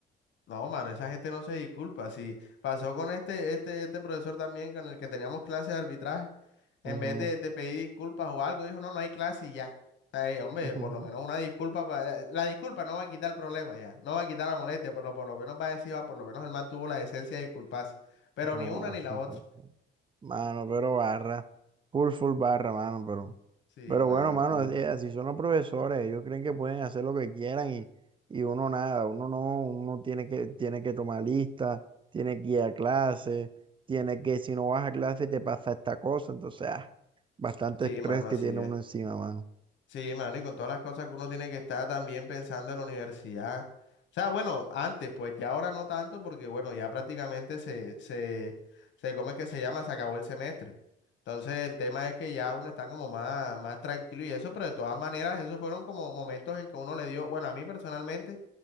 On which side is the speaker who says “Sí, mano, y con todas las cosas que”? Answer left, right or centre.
Left